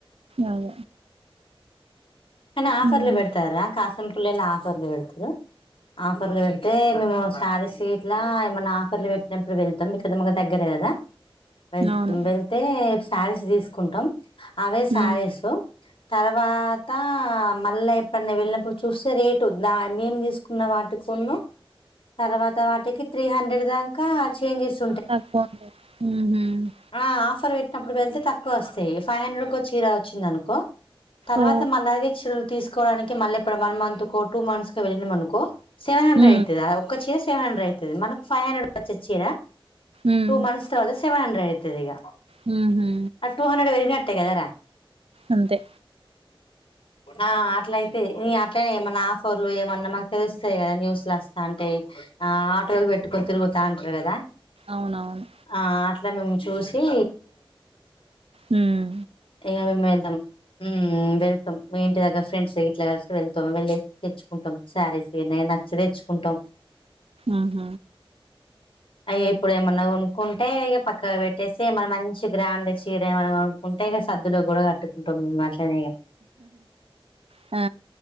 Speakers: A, on the right (about 80°); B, on the left (about 65°).
A: ఆఁ
B: ఐన ఆఫర్లు
A: ఉమ్
B: బెడ్తారా కాసల్ పుల్లై నా ఆఫర్లు బెడ్తురు ఆఫర్లు బెడ్తే మెమూ స్యారిస్ ఇట్లా ఏమన్న ఆఫర్లు బెట్నప్పుడు వెళ్తం ఇక్కడ మకు దగ్గర గదా వెళ్తం
A: అవును
B: వెల్ తే శ్యారీస్ దీస్కుంటం అవే శ్యారీసు
A: ఉమ్
B: తర్వాతా మళ్ళ ఎప్ అన్న వెళ్ళినప్డు చూస్తే రేటు దా మేమ్ దీస్కు కున్న వాటి కున్ను తర్వాత వాటికి త్రీ హండ్రెడ్ దాంకా చేంజేస్
A: తకున్ ఉ హుమ్
B: ఆ ఆఫర్ బెట్నప్పుడ్ వెల్తె తక్కువొస్తయ్ ఫైవ్ హండ్రెడ్ కో చీర వచ్చిందనుకో తర్వాత
A: ఆ
B: మళ్ళ అవే చీరలు తీసుకోవడానికి మళ్ళ ఎప్పుడ్ వన్ మంతు కో టూ మంత్స్ కో వెళ్ళినం అనుకో సెవెన్ హండ్రె
A: ఉమ్
B: ఐతది ఒక్క చీ సెవెన్ హండ్రె ఐతది మనకి ఫైవ్ హండ్రెడ్ కొచ్చే చీర్యా
A: ఉమ్
B: టూ మంత్స్ తర్వాత సెవన్ హండ్రె ఐతది ఇగ
A: హ్మ్ హూ
B: అ టూ హండ్రెడ్ వెరిగి నట్టె గదరా
A: అంతే
B: ఆ అట్లై తే ఈ అట్లనే ఏమన్నా ఆఫర్లు ఏమన్నా మాకు తెలుస్తది గద న్యూస్ లొస్తాంటయ్ ఆ ఆటోలు బెట్టుకొన్ తిరుగుతా ఉంటరు గదా
A: ఔనవున్
B: ఆ అట్ల మేం చూసీ
A: ఉమ్
B: ఇగ మేం ఎళ్దం ఉమ్ వెళ్తం మీ ఇంటి దగ్గర్ ఫ్రెండ్స్ ఇట్లా గల్సి వెళ్తం వెళ్లేేసి తెచ్చుకుంటాం శ్యారీస్ ఎ నేన్ నచ్చి తెచ్చుకుంటం
A: ఆహ
B: అయి ఇప్పుడు ఏమన్నా కొనుక్కుంటే ఇగ పక్కన పెట్టేస్తే ఏమన్న మంచి గ్రాండ్ చీర ఏమన్న కొను ఉంటే ఇగ సద్దులక్ గూడా కట్టుకుంటం మేము అట్లనే ఇగా.
A: ఆ